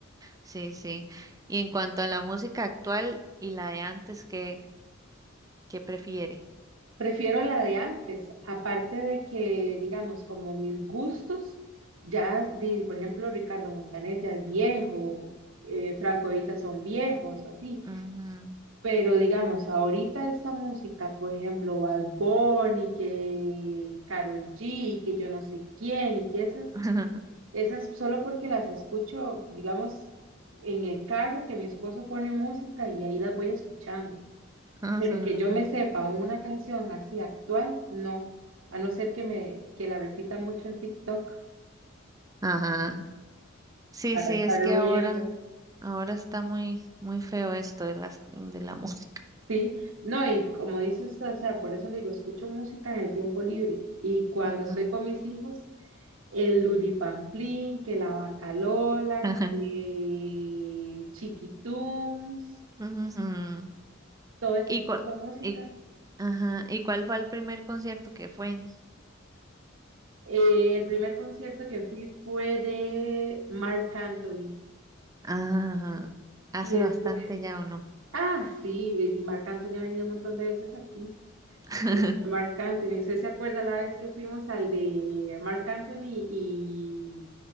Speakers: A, on the right; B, on the right.
A: Sí, sí. Y en cuanto a la música actual y la de antes, ¿qué, qué prefiere?
B: Prefiero la de antes, aparte de que, digamos, como mis gustos, ya, di- por ejemplo, Ricardo Montaner ya es viejo, eh, Franco Evita son viejos, así.
A: Ujú, ujú,
B: Pero digamos, ahorita esta música, por ejemplo, Bad Bunny, que Karol G, que yo no sé quién, y que esas
A: <laughs>
B: Esas solo porque las escucho, digamos, en el carro que mi esposo pone música y ahí las voy escuchando.
A: ujú.
B: Pero que yo me sepa una canción así actual, no, a no ser que me que la repita mucho en TikTok
A: Ajá. Sí,
B: para
A: sí,
B: estarlo
A: es que ahora,
B: viendo.
A: ahora está muy, muy feo esto de las, de la música.
B: Sí, no, y como dice usted, o sea, por eso le digo, escucho música en el tiempo libre y
A: Ujú.
B: cuando estoy con mis hijos, el Luripamplín, que la Bacalola,
A: <laughs>
B: que Chiquitunes,
A: Ujú.
B: todo ese
A: ¿Y,
B: tipo
A: cua-
B: de música.
A: y, ajá, ¿y cuál fue el primer concierto que fue?
B: Eh, el primer concierto que fui fue de Marc Anthony.
A: Ajá. Hace
B: Y después,
A: bastante ya o no.
B: ah, sí, ves, y Marc Anthony ha venido un montón de veces aquí.
A: <laughs>
B: Pero fue Marc Anthony, ¿usted se acuerda la vez que fuimos al de Marc Anthony y